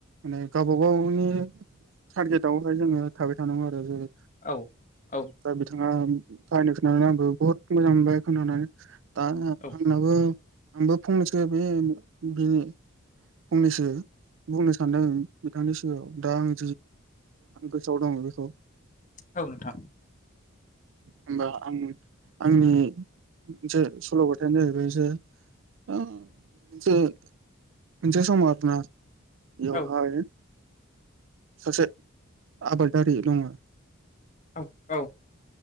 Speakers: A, on the right; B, on the left.
A: माने गावबा गावनि टारगेटआवहाय जोङो थाबाय थानांगौ आरो जेरै
B: औ औ
A: दा बिथाङा बाहायनो खोनानानै आंबो बहुत मोजां मोनबाय खोनानानै दा
B: औ
A: आंनाबो आंबो फंनैसो बेनि फंनैसो बुंनो सानदों बिथांनि सिगाङाव दा आं जिसो <unintelligible> <inaudible>
B: औ नोंथां
A: होमबा आंनि मोनसे सल' बाथायानो जाहैबाय मोनसे मोनज सम मार
B: औ
A: सासे आबादारि दङ
B: औ औ